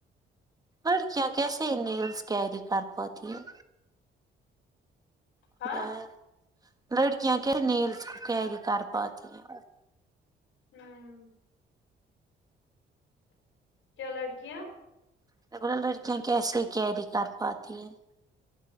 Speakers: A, on the right; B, on the left.
A: لڑکیاں کیسے نیلس کیری کر پاتی ہیں خدا
B: ہاں
A: لڑکیاں کیا نیلس کو کیری کر پاتی ہیں
B: ہمم کیا لڑکیاں
A: میں بولا لڑکیاں کیسے کیری کر پاتی ہیں